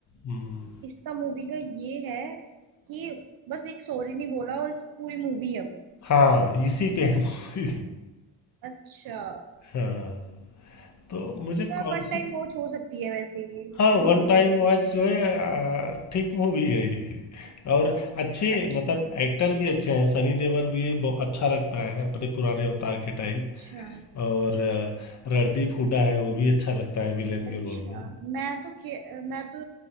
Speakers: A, on the left; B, on the right.
A: हम्म,
B: इसका मूवी का ये है कि बस एक सॉरी नहीं बोला और इस पूरी मूवी है वो
A: हाँ इसी पे है मूवी
B: अच्छा
A: हाँ तो मुझे कॉन्सेप्ट
B: वन टाइम वॉच हो सकती है वैसे ये
A: हाँ,
B: कोई
A: वन
B: प्रॉब्लम
A: टाइम
B: नहीं
A: वॉच
B: है इसको देखने
A: जो है
B: में
A: आ, ठीक मूवी है ये और अच्छे
B: अच्छा
A: मतलब एक्टर भी अच्छे हैं सनी देओल भी बहुत अच्छा लगता है अपने पुराने अवतार के टाइम
B: अच्छा
A: और आ, रणदीप हुड्डा है वो भी अच्छा लगता है विलेन
B: अच्छा
A: के रोल में
B: मैं तो खे, मैं तो